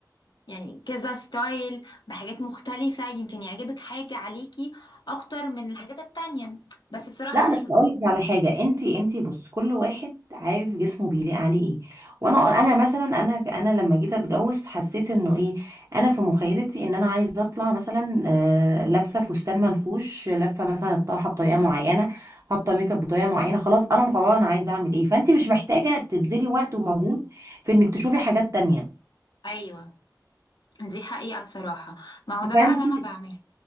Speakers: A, on the left; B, on the right.
A: يعني كذا ستايل بحاجات مختلفه يمكن يعجبك حاجه عليكي اكتر من الحاجات التانية بس بصراحه
B: لا
A: مش
B: بس اقول لك على حاجه انت انت بص كل واحد عارف جسمه بيليق عليه ايه وانا انا مثلا انا انا لما جيت اتجوز حسيت انه ايه انا في مخيلتي ان انا عايزه اطلع مثلا آه لابسه فستان منفوش لفه مثلا الطرحه بطريقه معينه حاطه ميك اب بطريقه معينه خلاص انا مقرره انا عايزه اعمل ايه فانت مش محتاجه تبذلي وقت ومجهود في انك تشوفي حاجات تانية
A: ايوه دي حقيقه بصراحه ما هو ده
B: فانت
A: بقى اللي انا بعمله